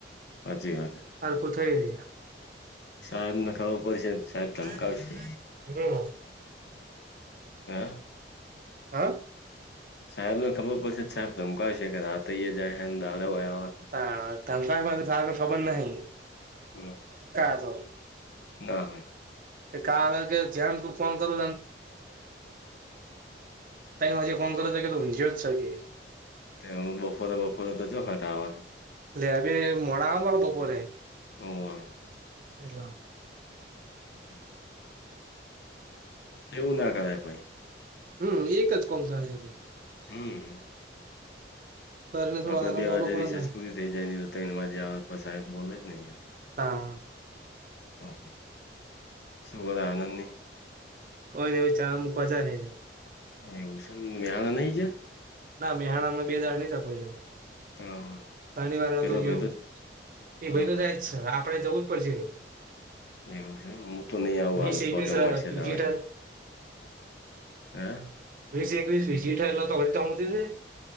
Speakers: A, on the left (about 70°); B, on the right (about 45°).
A: હાચી વાત.
B: હરખું થઈ રહ્યા.
A: <unintelligible> ખબર પડશે. સાહેબ
B: હમ્મ.
A: ધમકાવશે હા.
B: હા?
A: સાહેબને ખબર પડ છે <unintelligible>
B: હા, ધંધા <unintelligible> ખબર નહિં
A: આવે
B: <unintelligible>
A: ના હોય.
B: કે કા <unintelligible> જેમ તું ફોન <unintelligible> તઈ મી
A: હોય
B: ફોન કર કે <unintelligible>
A: તેમ બફોરે-બફોરે તો જો હટાવા.
B: લેબે મોડા આવોન બપોરે.
A: <inaudible>
B: <inaudible>
A: <inaudible> એવું ના કરાય ભઈ.
B: હમ્મ એક જ કોમ થાય છે ભઈ
A: હમ્મ.
B: શરીરને થોડો
A: આપડે
B: આરામ
A: બે
B: તો
A: વાજે
B: આલવો પડે
A: રિસેજ
B: ને
A: પૂરી થઈ જાય ન એ લો તઈણ વાજે આવે પસ સાહેબ બોલે જ ને અઈયા
B: તણ
A: હા, શું બોલો આનંદની?
B: કોઈ દિવસ <unintelligible>
A: એવું સે ને <unintelligible> નહીં જ્યાં?
B: ના મેહણામ બે દા <unintelligible>
A: હા હા
B: ઘની વાર નોતો
A: પેલો ભાઈ
B: જ્યો,
A: તો હા
B: એ ભઈ કદાચ
A: હા
B: <unintelligible> આપડે જવું જ પડશે.
A: એવું સે મું તો નઈ આવું
B: વીસ
A: હાલ
B: એકવીસ
A: પગે મડશે તણ
B: વિઝિટર
A: હેં
B: વીસ એકવીસ <unintelligible>